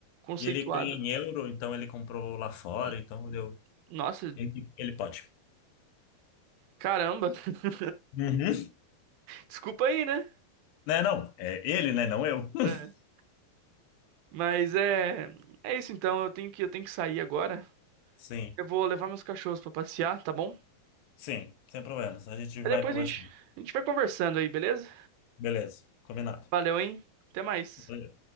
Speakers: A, on the right; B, on the left.
A: Conceituado.
B: E ele ganha em euro, então ele comprou lá fora,
A: Hum,
B: então deu.
A: Nossa,
B: Ele, ele pode.
A: caramba. <laughs>
B: Uhum.
A: Desculpa aí, né?
B: Né, não? É ele, né? Não eu. <laughs>
A: É. Mas é é isso então, eu tenho que eu tenho que sair agora.
B: Sim,
A: Eu vou levar meus cachorros pra passear, tá bom?
B: sim, sem problemas. A gente
A: Aí
B: vai
A: depois
B: conversando.
A: a gente a gente vai conversando aí, beleza?
B: Beleza, combinado.
A: Valeu, hein? Até mais.
B: Valeu.